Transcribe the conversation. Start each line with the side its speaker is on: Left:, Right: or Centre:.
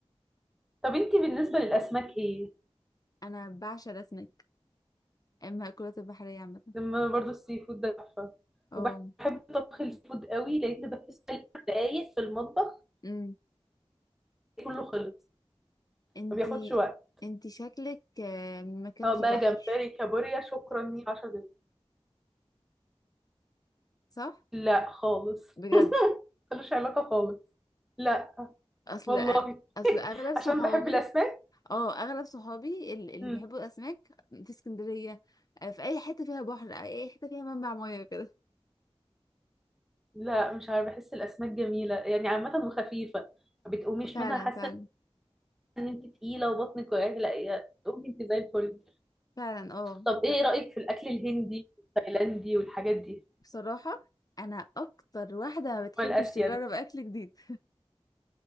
Centre: طب انتي بالنسبه للاسماك ايه
Left: انا بعشق الاسماك اما المأكولات البحرية عامة
Centre: لما انا برضو السي فود ده تحفه
Left: اه
Centre: وبحب طبخ الفود قوي لان بحس إن دقايق في المطبخ
Left: امم
Centre: كله خلص
Left: انتي
Centre: ما بياخدش وقت
Left: انتي شكلك آه، من مكان
Centre: سواء
Left: فيه
Centre: بقى
Left: بحر
Centre: جمبري كابوريا شكرا لي 10 دقايق
Left: صح
Centre: لا خالص
Left: بجد
Centre: ملوش علاقه خالص لا
Left: اصل
Centre: والله
Left: اصل اغلب صحابي
Centre: عشان بحب الاسماك
Left: اه اغلب صحابي ال- اللي
Centre: مم.
Left: بيحبوا الاسماك في اسكندرية آه، في اي حتة فيها بحر اي حتة فيها منبع مياه كده
Centre: لا مش عارفه بحس الاسماك جميله يعني عامه وخفيفه ما بتقوميش
Left: فعلا
Centre: منها حاسه
Left: فعلا
Centre: ان انت تقيله وبطنك وجعك لا يا تقومي انت زي الفل
Left: فعلا اه
Centre: طب ايه
Left: ف-
Centre: رايك في الاكل الهندي والتايلاندي والحاجات دي
Left: بصراحة انا اكتر واحدة ما بتحبش
Centre: والاسيوي
Left: تجرب اكل جديد